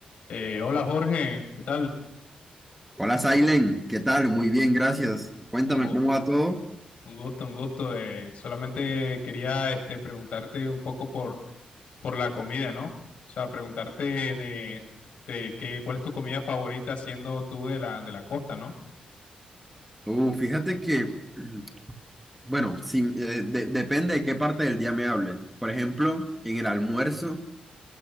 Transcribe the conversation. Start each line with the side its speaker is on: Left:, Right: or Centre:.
Left: Eh, hola Jorge, ¿qué tal?
Centre: Hola, Sailen, ¿qué tal? Muy bien, gracias. Cuéntame
Left: Un, gu-
Centre: cómo va todo.
Left: un gusto, un gusto. eh, solamente quería este, preguntarte un poco por, por la comida, ¿no? O sea, preguntarte de, de qué, cuál es tu comida favorita siendo tú de la, de la costa, ¿no?
Centre: Uh, fíjate que, mm, bueno, si, eh, de- depende de qué parte del día me hables. Por ejemplo, en el almuerzo